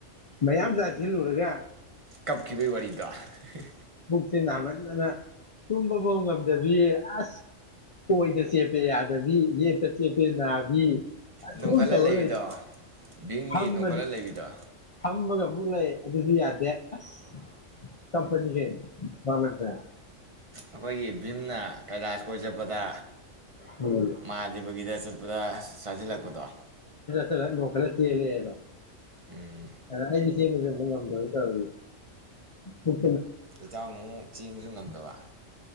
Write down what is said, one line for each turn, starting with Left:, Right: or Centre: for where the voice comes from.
Left: ꯃꯌꯥꯝ ꯆꯥꯁꯤꯜꯂꯨꯔꯒ
Right: ꯀꯞꯈꯤꯕꯩ ꯋꯥꯔꯤꯗꯣ ꯍꯤ
Left: ꯁꯤ ꯅꯥꯃꯟꯗꯅ ꯇꯨꯝꯕꯕꯧ ꯉꯝꯗꯕꯤ ꯑꯁ ꯑꯣꯏꯗ ꯆꯦꯞꯄꯦ ꯌꯥꯗꯕꯤ ꯌꯦꯠꯇ ꯆꯦꯞꯄꯦ ꯅꯥꯕꯤ ꯑꯗꯨꯝ
Right: ꯅꯣꯡꯈꯠꯂ
Left: ꯇꯧꯔ
Right: ꯂꯩꯕꯤꯗꯣ
Left: ꯂꯩ
Right: ꯚꯤꯝꯒꯤ
Left: ꯐꯝꯃ
Right: ꯅꯣꯡꯈꯠꯂ ꯂꯩꯕꯤꯗꯣ
Left: ꯐꯝꯃꯒ ꯑꯃꯨꯛ ꯂꯩ ꯑꯗꯨꯁꯨ ꯌꯥꯗꯦ ꯑꯁ ꯀꯞꯄꯅꯤꯍꯦ ꯃꯥꯃꯠꯇ
Right: ꯑꯩꯈꯣꯏꯒꯤ ꯚꯤꯝꯅ ꯀꯩꯂꯥꯁ ꯀꯣꯏ ꯆꯠꯄꯗ
Left: ꯎꯝ
Right: ꯃꯍꯥꯗꯦꯕꯒꯤꯗ ꯆꯠꯄꯗ ꯆꯥꯖꯤꯜꯂꯛꯄꯗꯣ
Left: ꯆꯂ ꯅꯣꯡꯈꯠꯂ ꯆꯦꯜꯂꯦꯗꯣ
Right: ꯎꯝ
Left: ꯑꯗ ꯑꯩ ꯆꯦꯟꯒꯗꯕ ꯉꯝꯗꯕ ꯇꯧꯔꯤꯖꯦ ꯎꯝ
Right: ꯏꯆꯥꯎꯅ ꯑꯃꯨꯛ ꯆꯦꯟꯕꯁꯨ ꯉꯝꯗꯕ